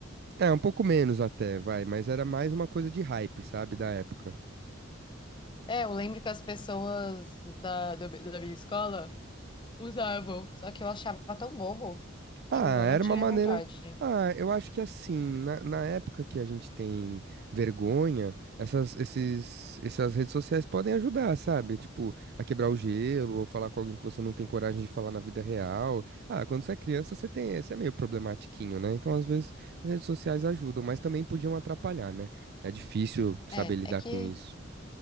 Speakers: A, on the right; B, on the left.
A: É, um pouco menos até, vai, mas era mais uma coisa de hype, sabe, da época.
B: É, eu lembro que as pessoas da, da, da minha escola Usavam. Só que eu achava tão bobo.
A: Ah,
B: Juro, eu
A: era
B: não tinha
A: uma maneira.
B: vontade.
A: Ah, eu acho que assim, na, na época que a gente tem vergonha, essas, esses, essas redes sociais podem ajudar, sabe? Tipo, a quebrar o gelo, ou falar com alguém que você não tem coragem de falar na vida real. Ah, quando você é criança, você tem, você é meio problematiquinho, né? Então, às vezes, as redes sociais ajudam, mas também podiam atrapalhar, né? É difícil saber
B: É,
A: lidar
B: é que,
A: com isso.